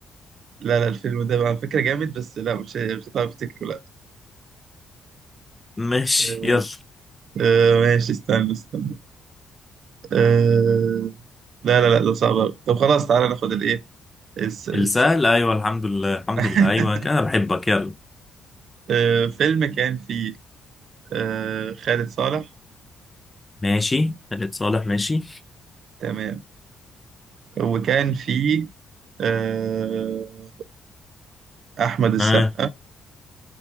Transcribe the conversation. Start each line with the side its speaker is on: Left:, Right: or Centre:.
Right: لا لا الفيلم ده على فكره جامد بس لا مش مش هتعرف تفتكره لا
Left: ماشي
Right: آه
Left: يلا
Right: آه، ماشي استنى استنى آه لا لا لا ده صعب أوي. طب خلاص تعالى ناخد الايه الس- الس-
Left: السهل ايوه الحمد لله الحمد
Right: <laughs>
Left: لله ايوه كده انا بحبك يلا
Right: آه، فيلم كان فيه آه، خالد صالح
Left: ماشي خالد صالح ماشي
Right: تمام وكان في آه، احمد السقا
Left: آه.